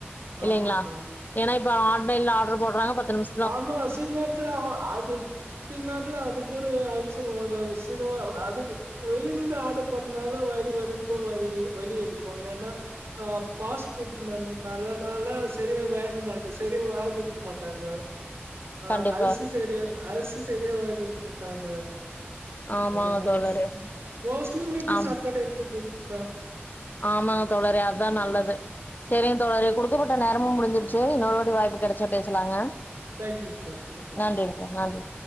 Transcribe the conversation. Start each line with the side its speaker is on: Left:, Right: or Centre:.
Left: இல்லெங்ளா
Right: ஆமாக்கா
Left: எனா இப்போ ஆன்லைன்ல ஆட்ர் போட்றாங்க பத்து நிம்ச
Right: ஆமா சீமேட்ல அ அது சின்நாட்ல அதுக்கொரு அவசரோ அது சினிமா அது வெளியிலிருந்து ஆட்ரு பண்லால வயிறு வரு ரொம்ப வலி வலி எடுக்கு எனா ஆ ஃபாஸ்ட்ஃபுட்டு நல் நல்லதால செரிய வேக மாட்டி செரியா வேக வெக்க மாட்டாங்க ஆ
Left: கண்டிப்பா
Right: அல்சு செரியா அல்சு செரியா வெக்க மாட்டாங்க
Left: ஆமாங்க
Right: அதனால
Left: தோழரே
Right: ஸ் மோட்ஸ்லி வீட்டு
Left: ஆம்
Right: சாப்பாடு எத்துக்கோங்கக்கா
Left: ஆமாங்க தோழரே அத்தா நல்லது செரிங்க தோழரே குடுக்கப்பட்ட நேரமு முடுஞ்சுருச்சி இன்னொரு வாட்டி வாய்ப்பு கெடச்சா பேசலாங்க
Right: தேங்க்யூ அக்கா தேங்க்யூ
Left: நன்றிங்க நன்றி